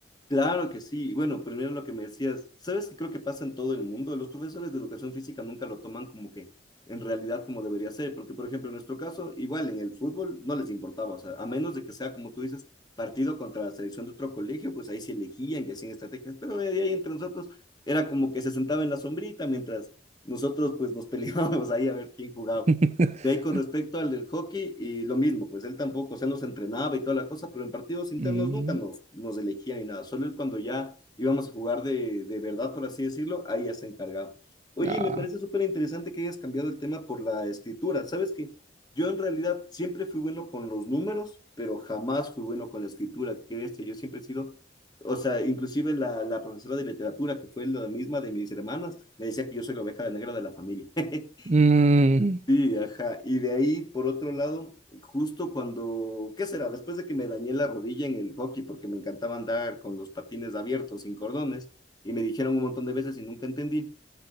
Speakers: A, on the left; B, on the right.
A: Claro que sí. Bueno, primero lo que me decías, ¿sabes qué creo que pasa en todo el mundo? Los profesores de educación física nunca lo toman como que en realidad como debería ser, porque por ejemplo en nuestro caso, igual en el fútbol no les importaba, o sea, a menos de que sea como tú dices, partido contra la selección de otro colegio, pues ahí se elegían que hacían estrategias, pero de ahí entre nosotros era como que se sentaba en la sombrita mientras nosotros pues nos <laughs> peleábamos ahí a ver quién jugaba.
B: <laughs>
A: De ahí con respecto al del hockey, y lo mismo, pues él tampoco, o sea, nos entrenaba y toda la cosa, pero en partidos internos
B: Mm,
A: nunca nos, nos elegía ni nada, solo él cuando ya íbamos a jugar de, de verdad, por así decirlo, ahí ya se encargaba. Oye,
B: ah.
A: me parece súper interesante que hayas cambiado el tema por la escritura. ¿Sabes que Yo en realidad siempre fui bueno con los números, pero jamás fui bueno con la escritura, que este, yo siempre he sido o sea, inclusive la, la profesora de literatura, que fue la misma de mis hermanas, me decía que yo soy la oveja negra de la familia. <laughs>
B: Mm,
A: Sí, ajá. Y de ahí, por otro lado, justo cuando, ¿qué será? Después de que me dañé la rodilla en el hockey, porque me encantaba andar con los patines abiertos, sin cordones, y me dijeron un montón de veces y nunca entendí,